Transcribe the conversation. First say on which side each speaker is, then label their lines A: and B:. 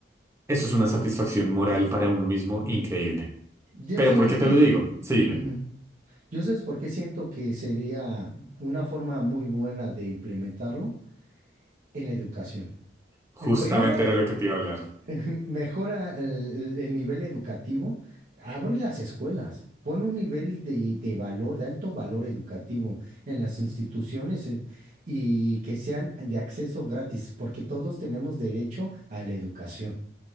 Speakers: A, on the right (about 15°); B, on the right (about 50°).
A: eso es una satisfacción moral para uno mismo increíble.
B: Yo
A: Pero
B: sabes
A: ¿por qué te
B: que...
A: lo
B: es-
A: digo? Sí, dime.
B: ujú. Yo sabes por qué siento que sería una forma muy buena de implementarlo en la educación.
A: Justamente
B: En primera,
A: era lo que te iba a hablar.
B: <laughs> Mejora el, el nivel educativo, abre las escuelas, pone un nivel de, de valor, de alto valor educativo en las instituciones eh, y que sean de acceso gratis, porque todos tenemos derecho a la educación.